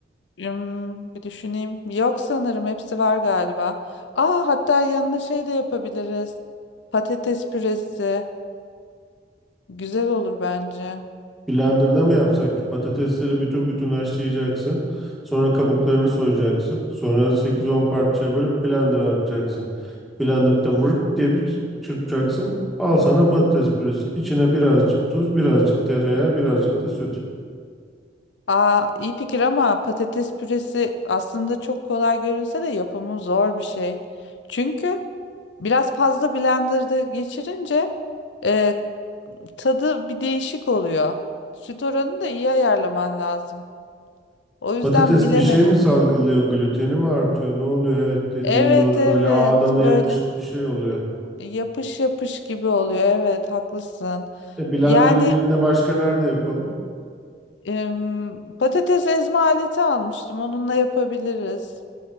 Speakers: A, on the left; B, in the centre.
A: ım, bir düşüneyim. Yok sanırım hepsi var galiba. Aa hatta yanına şey de yapabiliriz. Patates püresi. Güzel olur bence.
B: Blender'da mı yapsak ki? Patatesleri bütün bütün haşlayacaksın. Sonra kabuklarını soyacaksın. Sonra sekiz on parçaya bölüp blender'a atacaksın. Blender'da vırt diye bir çırpacaksın. Al sana patates püresi. İçine birazcık tuz, birazcık tereyağı, birazcık da süt.
A: Aa, iyi fikir ama patates püresi aslında çok kolay görünse de yapımı zor bir şey. Çünkü biraz fazla blenderda geçirince e, tadı bir değişik oluyor. Süt oranını da iyi ayarlaman lazım. O yüzden
B: Patates
A: bilemedim.
B: bir şey mi salgılıyor? Gluteni mi artıyor? Ne oluyor? Evet dediğin
A: Evet
B: doğru
A: evet
B: böyle ağdalı
A: böyle
B: yapışık bir şey oluyor.
A: yapış yapış gibi oluyor. Evet haklısın.
B: E blender
A: Yani
B: yerine başka nerede yapalım?
A: em, patates ezme aleti almıştım. Onunla yapabiliriz.